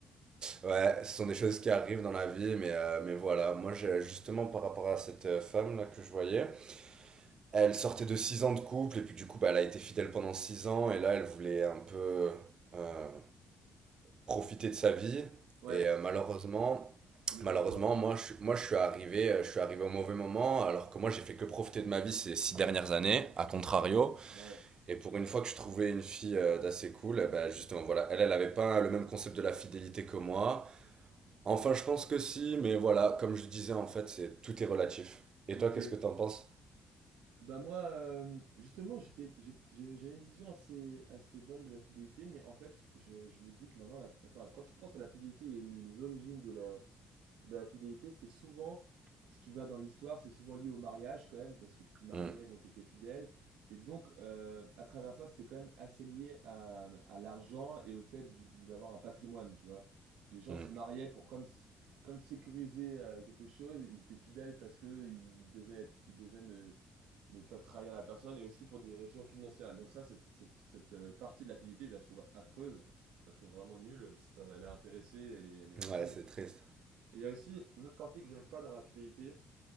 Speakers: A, on the right; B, on the right.
A: ouais, ce sont des choses qui arrivent dans la vie, mais, euh, mais voilà. Moi, j'ai- justement, par rapport à cette euh, femme-là que je voyais, Elle sortait de 6 ans de couple et puis du coup, bah, elle a été fidèle pendant 6 ans et là, elle voulait un peu euh, profiter de sa vie.
B: ouais,
A: Et euh, malheureusement,
B: c'est tombé
A: malheureusement,
B: sur toi.
A: moi, je, suis- moi, je suis arrivé, euh, je suis arrivé au mauvais moment alors que moi, j'ai fait que profiter de ma vie ces 6 dernières années, à contrario.
B: ouais.
A: Et pour une fois que je trouvais une fille euh, d'assez cool, eh ben, justement, voilà, elle, elle avait pas le même concept de la fidélité que moi. Enfin, je pense que si, mais voilà, comme je disais, en fait, c'est tout est relatif. Et
B: Ok.
A: toi, qu'est-ce que t'en penses
B: Bah moi, euh, justement, j'étais, j'ai- j'ai- j'avais une vision assez, assez bonne de la fidélité, mais en fait, je, je me dis que maintenant, la, enfin, quand tu penses à la fidélité et les les origines de la, de la fidélité, c'est souvent, si tu vas dans l'histoire, c'est souvent lié au mariage quand même, parce que tu te mariais,
A: Hmm,
B: donc tu étais fidèle. Et donc, euh, à travers ça, c'était quand même assez lié à, à l'argent et au fait du- d'avoir un patrimoine, tu vois. Les gens
A: hmm.
B: se mariaient pour comme, s- comme sécuriser euh, quelque chose, ils étaient fidèles parce que ils devaient être, ils devaient ne- ne pas trahir la personne et aussi pour des raisons financières. Donc ça, cette, cette, cette, euh, partie de la fidélité, je la trouve affreuse. Je la trouve vraiment nulle. C'est elle est intéressée, elle est, elle est affreuse.
A: Ouais, c'est triste.
B: Et il y a aussi une autre partie que j'aime pas dans la fidélité.